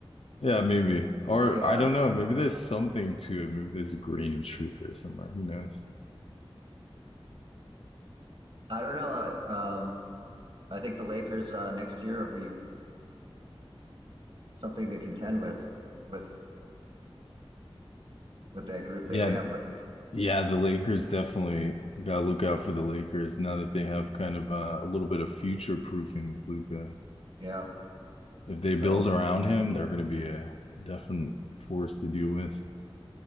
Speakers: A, on the left; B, on the right.
A: Yeah, maybe. Or
B: Yeah,
A: I don't know. Maybe there's something to it. Maybe there's a grain of truth there somewhere. Who knows?
B: I don't know. Um, I think the Lakers uh, next year will be something to contend with with with that group
A: Yeah.
B: they have. But
A: Yeah, the Lakers definitely, you gotta look out for the Lakers now that they have kind of uh, a little bit of future proofing with Luca.
B: yeah,
A: if they
B: so
A: build around him, they're going to be a definite force to deal with.